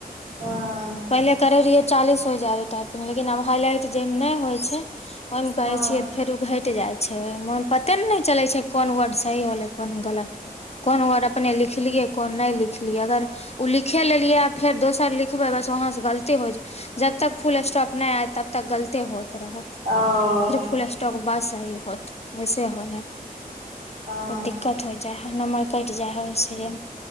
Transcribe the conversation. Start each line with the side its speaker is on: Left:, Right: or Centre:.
Right: हँ
Left: पहिले करय रहियै चालीस हो जाय रहे टाइपिंग लेकिन आब हाइलाइट जे मे नहि होइ छै ओहि मे कहय
Right: हँ
Left: छियै फेरउ घट जाइ छै ओहिमे पते ने नहि चले छै कोन वर्ड सही होलै कोन गलत कोन वर्ड अपने लिखलियै कोन नहि लिख लिखलियै अगर ओ लिखे लेलियै फेर दोसर लिखबै बस वहाँं से गल ती हो जा जब तक फुल स्टॉक नहि आय तब तक गलती होइत रहत
Right: ओ
Left: फिर फुल स्टॉक बस सही होत वैसे होइ है
Right: हँ
Left: तऽ दिक्कत हो जाइ है नमर मिटजाय होइ सी हे